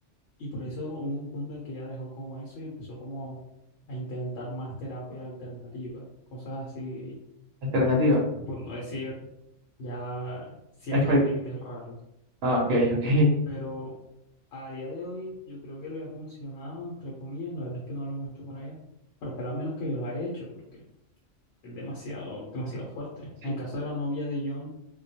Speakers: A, on the left; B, on the right.
A: Y por eso hubo un punto en que ella dejó como eso y empezó como a intentar más terapia alternativa, cosas así,
B: alternativa.
A: por, por no decir ya ciertos
B: Exper-
A: límites raros.
B: Ah, ok, ok.
A: Pero a día de hoy yo creo que le ha funcionado, entre comillas, la verdad es que no hablo mucho con ella, pero espero al menos que yo lo haya hecho, porque es demasiado, demasiado fuerte.
B: Sí,
A: En caso de la novia de John,